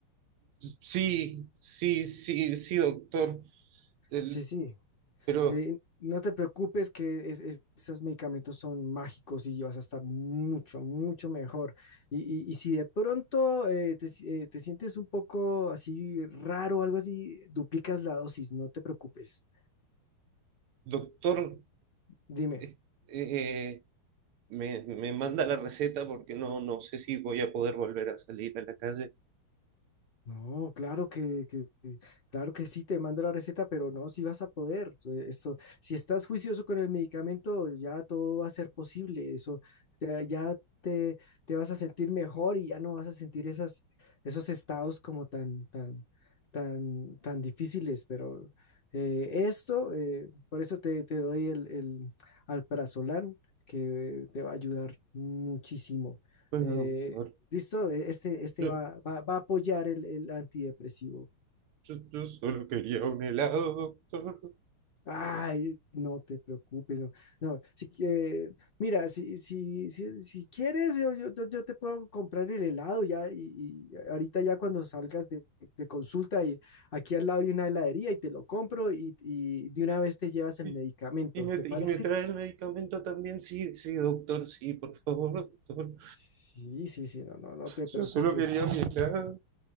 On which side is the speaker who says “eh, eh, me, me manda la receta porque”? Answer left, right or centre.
Right